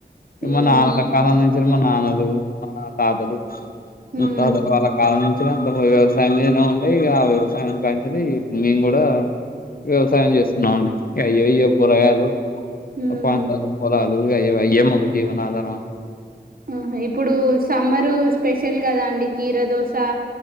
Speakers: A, on the right; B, on the left.
A: ఉమ్
B: మా నాన్న కలల అందించిన మా నాన్నలు మా తాతలు <inaudible> ముత్తాతలు
A: ఉమ్
B: వాళ్ళు నుంచి అంత వ్యవసాయం మీద ఉండే ఆ వ్యవసాయం కాంచిది ఇప్పుడు మేము కూడా వ్యవసాయం చేస్తున్నాము అండి అయ్యో అయ్యో కూరగాయలు
A: ఉమ్
B: పా పోలాలు ఏమా మాకు జీవన ఆధార
A: ఆహా ఇప్పుడు సమ్మరు స్పెషల్ కదా అండి కీరా దోశ